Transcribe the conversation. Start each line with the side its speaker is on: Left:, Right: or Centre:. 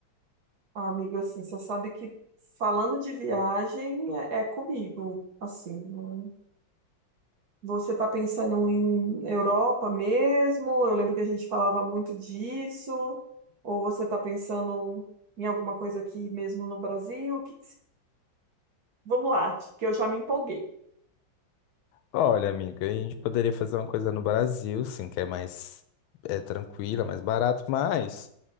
Right: Ah, amigo, assim, você sabe que falando de viagem é, é comigo, assim. né? Você tá pensando em Europa mesmo? Eu lembro que a gente falava muito disso. Ou você tá pensando em alguma coisa aqui mesmo no Brasil? Que que se- Vamos lá, que eu já me empolguei.
Left: Olha, amiga, a gente poderia fazer uma coisa no Brasil, sim, que é mais é, tranquila, mais barato, mas